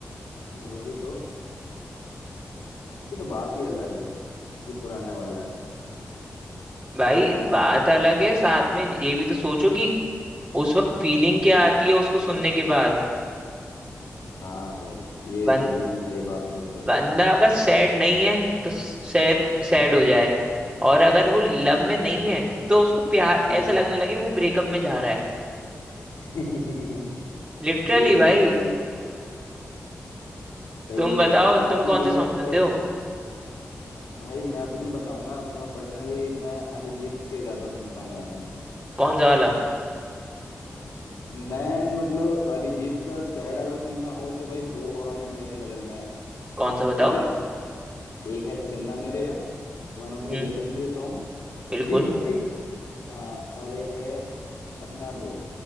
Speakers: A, on the left; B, on the right.
A: वही तो इसकी तो बात ही अलग है जो पुराने वाला है
B: भाई
A: है ना
B: बात अलग है साथ में ये भी तो सोचो कि उस वक्त फीलिंग क्या आती है उसको सुनने के बाद
A: हाँ भाई ये
B: बन
A: तो बिल्कुल सही बात बोल रहे
B: बंदा
A: हो
B: अगर सैड नहीं है तो सैड सैड
A: <laughs>
B: हो जाए और अगर वो लव में नहीं है तो उसको प्यार
A: हाँ
B: ऐसा लगने लगे वो ब्रेकअप में जा रहा है
A: <laughs>
B: लिटरली
A: ये तो
B: भाई
A: है भाई सही
B: तुम
A: है
B: बताओ
A: भाई
B: तुम
A: बाकी
B: कौन
A: भाई
B: से सॉन्ग
A: अगर
B: सुनते हो
A: भाई मैं अपनी बताऊं ना तो मैं पर्सनली मैं अरिजीत के ज्यादा सुनता हूँ गाने
B: कौन सा वाला
A: मैं मतलब अरिजीत का सैड अगर सुनना हो तो भाई दो गाने मेरे नजर में है
B: कौन
A: ठीक
B: सा बताओ
A: है एक है चन्ना मेरे या one of
B: हम्म
A: the legendary song <laughs>
B: बिल्कुल
A: ठीक है भाई हाँ और एक है अपना वो